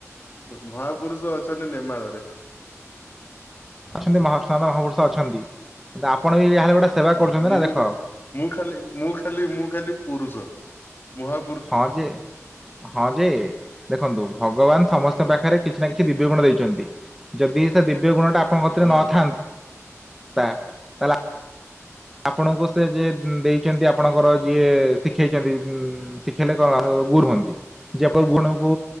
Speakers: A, on the left; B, in the centre.
A: ହୁଁ ମହାପୁରୁଷ ଅଛନ୍ତି ନେମାଳରେ।
B: ଅଛନ୍ତି ମହାପ୍ରସାଦ ମହାପୁରୁଷ ଅଛନ୍ତି ଆପଣ ବି ଯାହେଲେ ଗୋଟେ ସେବା
A: ମୁଁ
B: କରୁଚନ୍ତି ନା ଦେଖ
A: ମୁଁ ଖାଲି ମୁଁ ଖାଲି ମୁଁ ଖାଲି ପୁରୁଷ ମହା
B: ହଁ ଯେ। ହଁ ଯେ, ଦେଖନ୍ତୁ ଭଗବାନ ସମସ୍ତଙ୍କ ପାଖରେ କିଛି ନା କିଛି ଦିବ୍ୟ ଗୁଣ ଦେଇଛନ୍ତି। ଯଦି ସେ ଦିବ୍ୟ ଗୁଣ ଟା ଆପଣଙ୍କ କତିରେ
A: ହୁଁ
B: ନଥାନ୍ତା ତାହେଲେ ଆପଣଙ୍କୁ ସେ ଯିଏ ଦେଇଛନ୍ତି ଆପଣଙ୍କର ଯିଏ ଶିଖେଇଛନ୍ତି ଶିଖାଇଲେ କଣ ଗୁର୍ ହୁଅନ୍ତି ଯେ ଆପଣ ଗୁଣ କୁ